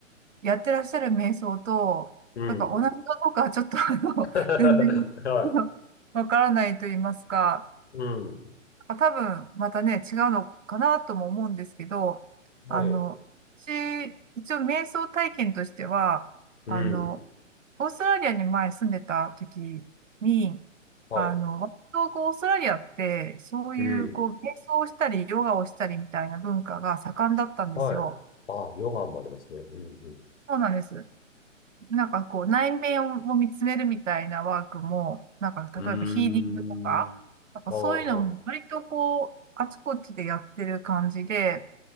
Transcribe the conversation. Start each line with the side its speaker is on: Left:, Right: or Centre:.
Right: やってらっしゃる瞑想と、
Left: うん。
Right: なんか同じかどうかはちょっと、あの、
Left: <laughs>
Right: 全然、
Left: は
Right: あのわからないと言いますか、
Left: い。うん。
Right: あ、多分、またね、違うのかなとも思うんですけど、
Left: はい。
Right: あの、私、一応瞑想体験としては、
Left: うん。
Right: あの、オーストラリアに前住んでた時に、
Left: はい。
Right: あの、割とこう、オーストラリアって、そういう、
Left: うん。
Right: こう、瞑想をしたり、ヨガをしたりみたいな文化が盛んだったんですよ。
Left: はい。ああ、ヨガもありますね。うん
Right: そうなんです。なんかこう、内面を見つめるみたいなワークも、なんか例えばヒーリングとか、
Left: うん。うーん。
Right: なんかそういうのも割とこう、
Left: は
Right: あちこちでやってる感じで、